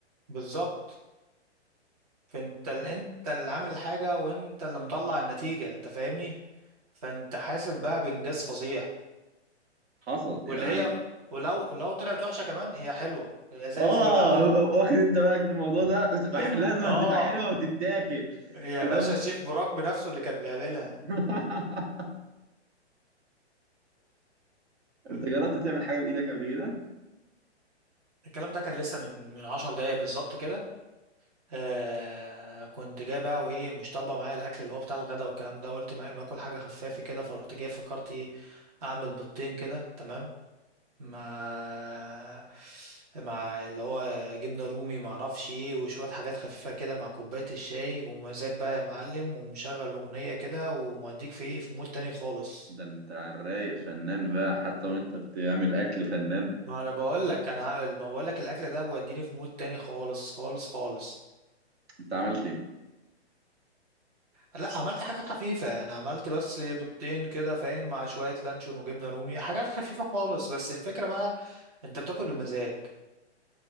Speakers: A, on the right; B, on the right.
A: بالظبط فانت ال- انت اللي عامل الحاجه وانت اللي مطلع النتيجه انت فاهمني فانت حاسب بقى بانجاز فظيع
B: حصل
A: واللي
B: يعني
A: هي ولو لو طلعت وحشه كمان هي حلوه هي زي
B: اه
A: الفل على الاقل
B: واخد انت بالك من الموضوع ده بتبقى
A: <laughs>
B: ح- لازم
A: اه
B: تبقى حلوه وتتاكل
A: يا
B: لو
A: باشا الشيف براك بنفسه اللي كان بيعملها
B: <laughs>
A: <laughs>
B: انت جربت تعمل حاجه بايدك قبل كده
A: الكلام ده كان لسه من من 10 دقايق بالظبط كده آه كنت جاي بقى وايه مش طالبه معايا الاكل اللي هو بتاع الغدا والكلام ده قلت ما ما اكل حاجه خفافه كده فرحت جاي فكرت ايه اعمل بيضتين كده تمام مع مع اللي هو جبنه رومي ما اعرفش ايه وشويه حاجات خفيفه كده مع كوبايه الشاي ومزاج بقى يا معلم ومشغل اغنيه كده وموديك في ايه في مود تاني خالص
B: ده انت على الرايق فنان بقى حتى وانت بتعمل اكل فنان
A: ما انا بقول لك انا ما بقول لك الاكل ده بيوديني في مود تاني خالص خالص خالص
B: انت عملت ايه
A: لا عملت حاجات خفيفة أنا عملت بس بيضتين كده فاهم مع شوية لانشون وجبنة رومي حاجات خفيفة خالص بس الفكرة بقى أنت بتاكل بمزاج